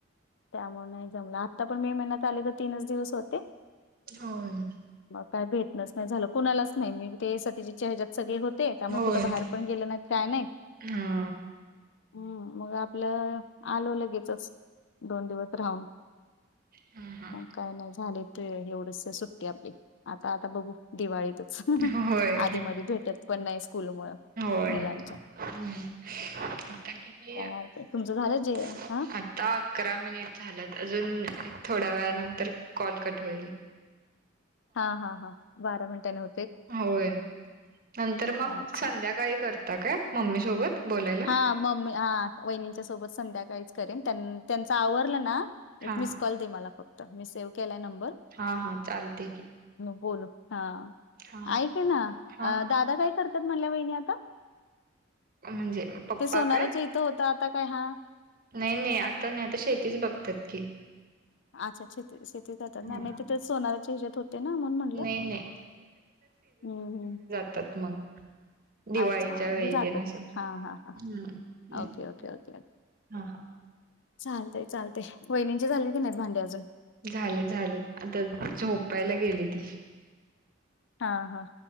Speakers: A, on the left; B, on the right.
A: त्यामुळं नाही जमलं. आत्ता पण मे महिन्यात आले तर तीनच दिवस होते.
B: होय?
A: मग काय भेटणच नाही झालं. कुणालाच नाही मी ते सत्यजीतच्या हेजात सगळे होते, त्यामुळं
B: होय
A: कुठं बाहेर पण गेलं नाही, काय नाही.
B: हा.
A: हम्म, मग आपलं आलो लगेचच दोन दिवस राहून.
B: हा
A: मग काय नाही झाले ते एवढच सुट्टी आपली. आता आता बघू. दिवाळीतच
B: हा होय
A: आधी मधी भेटत पण नाही स्कूलमुळं.
B: होय
A: मुलांच्या
B: आता किती
A: बापरे.
B: <unintelligible> आत
A: तुमचं झालं जे हा
B: आता अकरा मिनिट झाल्यात. अजून एक थोड्या वेळानंतर कॉल कट होईल.
A: हा, हा, हा. बारा मिनटांनी हो
B: होय नंतर मग
A: अच्छा
B: संध्याकाळी करता काय मम्मी सोबत? बोलायला
A: हा मम्मी हा वहिनींच्या सोबत संध्याकाळीच करेन. त्यानं त्यांच आवरलं ना एक
B: हा
A: मिस कॉल दे मला फक्त, मी सेव केलाय नंबर.
B: हा हा चालतेय की.
A: बोलू हा
B: हा
A: आईकना
B: हा
A: दादा काय करतात म्हणल्या वहिणी आता?
B: अ म्हणजे. पप्पा
A: ते सोनाराच्या
B: काय
A: इथं होता आता काय हा
B: नाही नाही आता नाही, आता शेतीच बघतात की.
A: आच्छा <unintelligible> ते शेती कराताना
B: हा
A: नाही तिथ सोनाराच्या हच्यात होते ना मण म्हणलं
B: नाही नाही
A: हम्म हम्म.
B: त्यात मग. दिवाळीच्या
A: अच्छा म्हणजे
B: वेळी
A: जातात
B: ते नस हम्म
A: हा हा हा
B: हम्म हम्म
A: ओके ओके ओके
B: हा.
A: चालतय चालतय वहिणींच चालेल की नाहीत भांडे अजून.
B: झाले झाले आता झोपायला गेली ती.
A: हा हा